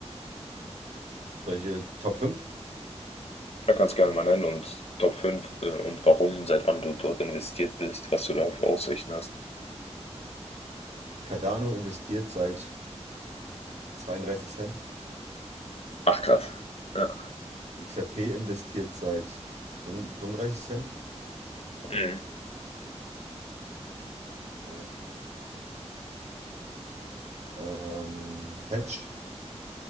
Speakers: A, on the right; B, on the left.
A: Solche Top fünf?
B: Da kannst du gerne mal nennen und Top 5 äh, und warum, seit wann du dort investiert bist, was du da für Aussichten hast.
A: Cardano investiert seit zweiunddreißig Cent,
B: Ach krass. Ja.
A: XRP investiert seit fünfunddreißig Cent,
B: Mhm.
A: äh, ähm, Fetch.